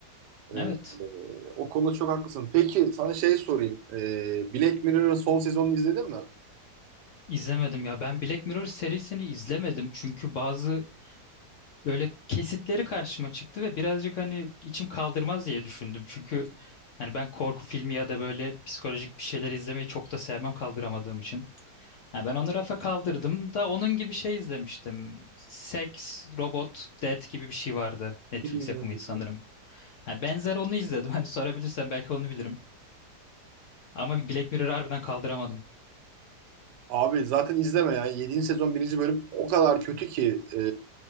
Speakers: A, on the right; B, on the left.
A: E,
B: Evet.
A: e, o konuda çok haklısın. Peki sana şey sorayım. E, Black Mirror'ın son sezonunu izledin mi?
B: İzlemedim ya. Ben Black Mirror serisini izlemedim. Çünkü bazı Böyle kesitleri karşıma çıktı ve birazcık hani içim kaldırmaz diye düşündüm. Çünkü hani ben korku filmi ya da böyle psikolojik bir şeyler izlemeyi çok da sevmem kaldıramadığım için. Ha, ben onu rafa kaldırdım da onun gibi şey izlemiştim. Sex, Robot, Death gibi bir şey vardı. Netflix
A: Hmm.
B: yapımıydı sanırım. Ha, benzer onu izledim. <laughs> Hani sorabilirsen belki onu bilirim. Ama Black Mirror harbiden kaldıramadım.
A: Abi zaten izleme ya. 7. sezon 1. bölüm o kadar kötü ki e,